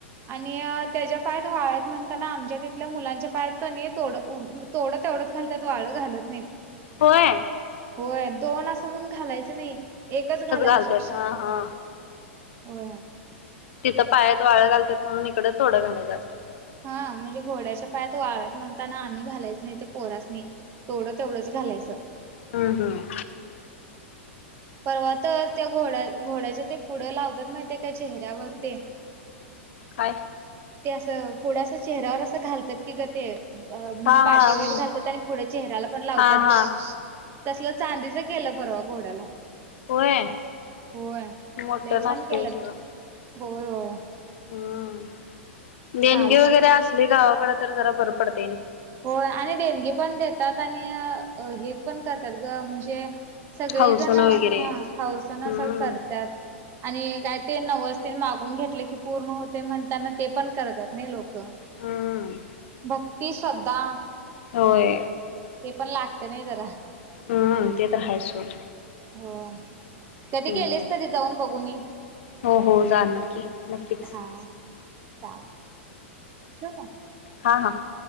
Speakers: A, on the right; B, on the left.
A: आणि अ त्याच्या पायात वाळ्यात म्हणताना आमच्या तिथल्या मुलांच्या पायात क नी तोड अ तोड तेवढं घालतात वाळे घालत नाही
B: होय
A: होय दोन असं म्हणून घालायचं नाही एकच घालायचं
B: घालतात हा हा
A: होय
B: तिथं पायात वाळ घालतात मग इकडं थोडं घालायचं असं
A: हा म्हणजे घोड्याच्या पायात वाळत म्हणताना आम्ही घालायच नाही ते पोरासनी तौड तेवढंच घालायचं
B: हम्म हम्
A: परवा तर त्या घोड्या घोड्याच्या ते पुढं लावतात माहिती त्या का चेहऱ्यावर ते
B: काय
A: ते असं थोडस चेहऱ्यावर असं घालतात की ग ते अ म्हणजे
B: हा
A: पाठी
B: हा
A: वर घालतात आणि पुढे चेहरा्याला पण लावतात
B: हा हा
A: बघ तसलं चांदीच केलं परवा घोड्याला
B: होय
A: होय
B: मोठं
A: लई
B: नसतय
A: छान केलंत
B: सगळं
A: होय होय
B: हम्म देणगी
A: चालत.
B: वगैरे असले गावाकडे तर जरा बर पडत
A: होय आणि देणगी पण देतात आणि हे पण करतात ग म्हणजे सगळी
B: हौसन
A: जणे
B: वगैरे
A: हौसना
B: हम्म
A: अस करतात आणि काय ते नवसते मागून घेतले की पूर्ण होते म्हणताना ते पण करतात नाही लोक
B: हम्म
A: भक्ती श्रद्धा
B: होय
A: ते पण लागते नाही जरा
B: हम ते तर हाय सोड
A: हो कधी
B: हम्म
A: गेलेस तरी जाऊन बघुन ये
B: हो हो जाणार की नक्कीच
A: चालते ठठीक आहे
B: हा हा